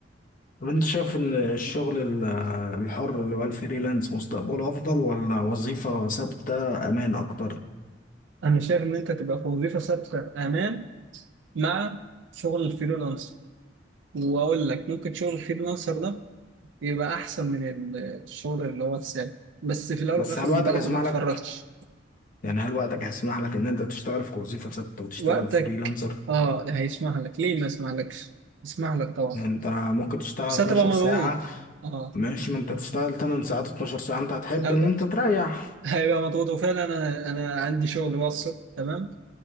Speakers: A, on the left; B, on the right.
A: طب انت شايف ان الشغل ال- الحر اللي هو الفريلانس مستقبله افضل ولا وظيفة ثابتة امان اكتر
B: انا شايف ان انت تبقى في وظيفه ثابته امان مع شغل الفريلانسر واقول لك ممكن شغل الفريلانسر ده يبقى احسن من ال- الشغل اللي هو الثابت بس في الاول
A: بس
B: وفي الاخر
A: هل وقتك
B: برضه
A: هيسمح
B: ما تفرطش
A: لك يعني هل وقتك هيسمح لك ان انت تشتغل في وظيفة ثابتة وتشتغل
B: وقتك
A: فريلانسر
B: اه هيسمح لك ليه ما يسمح لكش يسمح لك طبعا
A: يعني انت ممكن تشتغل
B: بس هتبقى
A: 12
B: مضغوط
A: ساعة
B: اه
A: ماشي ما انت تشتغل 8 ساعات 12 ساعة انت هتحب
B: هب-
A: ان انت تريح
B: هيبقى مضغوط وفعلا انا انا عندي شغل بقى الصبح تمام